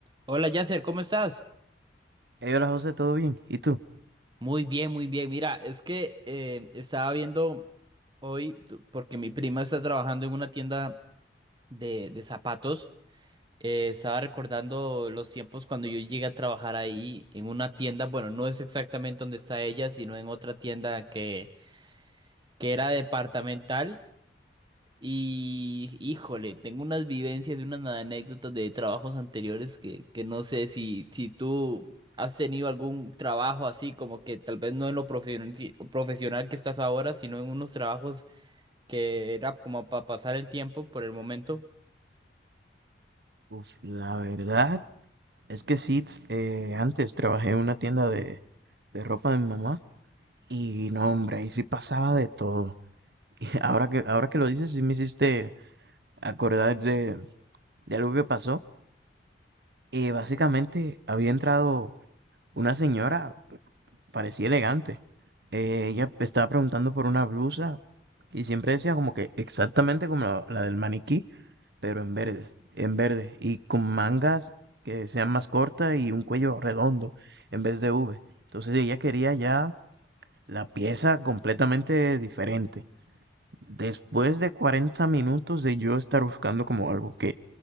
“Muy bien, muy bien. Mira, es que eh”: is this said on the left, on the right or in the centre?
Right